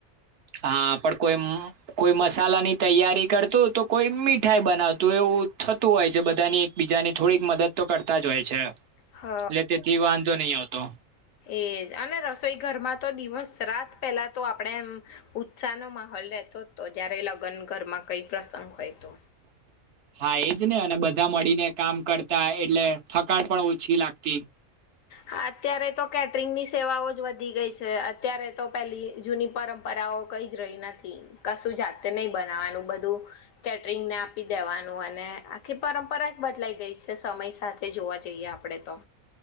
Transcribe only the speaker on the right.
હા, પણ કોઈ કોઈ મસાલાની તૈયારી કર તો કોઈ મીઠાઈ બનાવ તો એવું થતું હોય છે બધાની એક બીજાની થોડીક મદદ તો કરતા જ હોય છે. એટલે
તેથી વાંધો નહી આવતો. તો.
હા એજ ને અને બધા મળીને કામ કરતા એટલે થકાણ પણ ઓછી લાગતી.